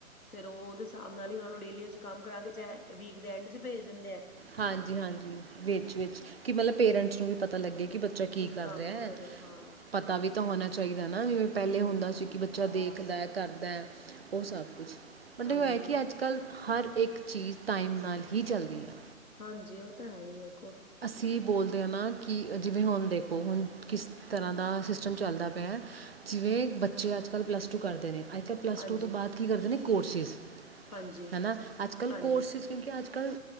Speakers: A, on the left; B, on the right.
A: ਫੇਰ ਉਹਦੇ ਹਿਸਾਬ ਨਾਲ ਹੀ ਉਹ ਨੂੰ ਡੇਲੀ ਵਿੱਚ ਕੰਮ ਕਰਾ ਕੇ ਚਾਹੇ ਵੀਕ ਦੇ ਐਂਡ ਚ ਭੇਜ ਦਿੰਦੇ ਹੈ।
B: ਹਾਂਜੀ ਹਾਂਜੀ। ਵਿੱਚ ਵਿਚ ਕਿ ਮਤਲਬ ਪੇਰੈਂਟਸ
A: ਹਮ
B: ਨੂੰ ਵੀ ਪਤਾ ਲੱਗੇ ਕਿ ਬੱਚਾ ਕੀ ਕਰ
A: ਕੰਮ
B: ਰਿਹਾ
A: ਕੀ
B: ਹੈ
A: ਹੋ ਹਾਂ
B: ਪਤਾ ਵੀ ਤਾਂ ਹੋਣਾ ਚਾਹੀਦਾ ਨਾ ਜਿਵੇਂ ਪਹਿਲੇ
A: ਹਮ
B: ਹੁੰਦਾ ਸੀ ਕਿ ਬੱਚਾ ਦੇਖਦਾ ਕਰਦਾ ਉਹ ਸਭ ਕੁਛ ਮਤਲਬ
A: ਹਾਂਜੀ
B: ਹੈ ਕਿ ਅੱਜ ਕੱਲ੍ਹ ਹਰ ਇੱਕ ਚੀਜ਼ ਟਾਈਮ ਨਾਲ ਹੀ ਚੱਲਦੀ ਹੈ।
A: ਹਾਂਜੀ ਉਹ ਤਾਂ ਹੈ ਹੀ ਹੈ ਕੋ
B: ਤੁਸੀਂ ਬੋਲਦੇ ਹੋ ਨਾ ਕਿ ਜਵੇਂ ਹ ਦੇਖੋ ਹ ਕਿਸ ਤਰ੍ਹਾਂ ਦਾ ਸਿਸਟਮ ਚੱਲਦਾ ਪਿਆ। ਜਿਵੇਂ ਬੱਚੇ ਅੱਜ ਕੱਲ੍ਹ ਪਲੱਸ ਟੂ ਕਰਦੇ ਨੇ। ਅੱਜ ਕੱਲ ਪਲੱਸ
A: ਹਾਂਜੀ
B: ਟੂ ਤੋਂ ਬਾਅਦ ਕੀ ਕਰਦੇ ਨੇ ਕੋਰਸਿਸ
A: ਹਾਂਜੀ
B: ਹਨ ਅੱਜ ਕੱਲ
A: ਹਾਂਜੀ
B: ਕੋਰਸਿਿਸ ਕਿਉਂਕਿ ਅੱਜ ਟ